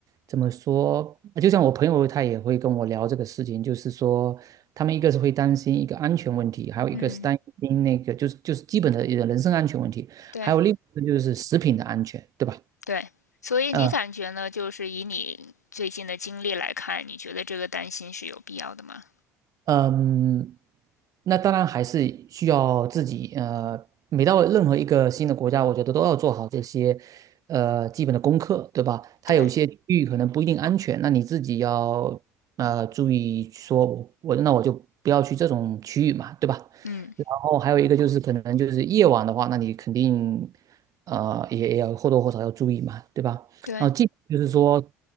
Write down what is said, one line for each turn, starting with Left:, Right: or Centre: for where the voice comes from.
Right: 怎么说，就像我朋友他也会跟我聊这个事情，就是说，他们一个是会担心一个安全问题，还有一个是担心那个就是就是基本的一个人身安全问题，
Left: 嗯，对
Right: 还有另一个就是食品的安全，对吧？
Left: 对，所以你感觉呢？
Right: 嗯
Left: 就是以你最近的经历来看，你觉得这个担心是有必要的吗？
Right: 嗯，那当然还是需要自己呃，每到任何一个新的国家，我觉得都要做好这些呃基本的功课，对吧？它有一些区域可能不一定安全，
Left: 对，
Right: 那你自己要呃注意说我，我那我就不要去这种区域嘛，对吧？
Left: 嗯，
Right: 然后还有一个就是可能就是夜晚的话，那你肯定呃也也要或多或少要注意嘛，对吧？
Left: 对，
Right: 然后进就是说，